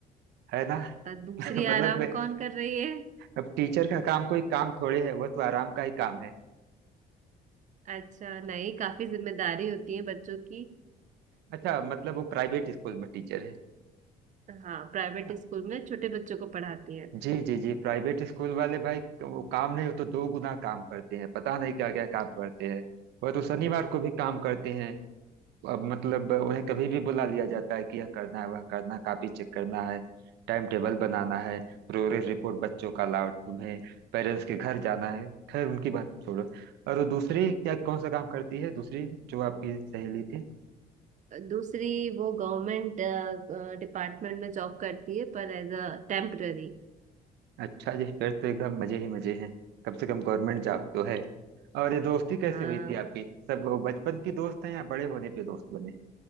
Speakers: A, on the right; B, on the right.
A: है ना
B: और दूसरी
A: <laughs> मतलब
B: आराम
A: मैं-
B: कौन कर रही है
A: अब टीचर का काम कोई काम थोड़े है वह तो आराम का ही काम है
B: अच्छा नहीं काफी जिम्मेदारी होती है बच्चों की
A: अच्छा मतलब वो प्राइवेट स्कूल में टीचर
B: हाँ प्राइवेट
A: है
B: स्कूल में छोटे बच्चों को पढ़ाती हैं
A: जी जी जी प्राइवेट स्कूल वाले भाई वो काम नहीं हो तो दो गुना काम करते हैं पता नहीं क्या क्या काम करते हैं वह तो शनिवार को भी काम करते हैं अब मतलब उन्हें कभी भी बुला लिया जाता है कि यह करना है वह करना है कॉपी चेक करना है टाइम टेबल बनाना है प्रोग्रेस रिपोर्ट बच्चों का लाओ तुम्हें पेरेंट्स के घर जाना है खैर उनकी बात छोड़ो और वो दूसरी क्या कौन सा काम करती है दूसरी जो आपकी सहेली थी
B: दूसरी वो गवर्नमेंट डिपार्टमेंट में जॉब करती है पर एज अ टेम्पररी
A: अच्छा जी फिर तो एकदम मजे ही मजे हैं कम से कम गवर्नमेंट जॉब तो है और ये दोस्ती कैसे
B: हाँ
A: हुई थी आपकी सब वो बचपन की दोस्त हैं या बड़े होने पे दोस्त बने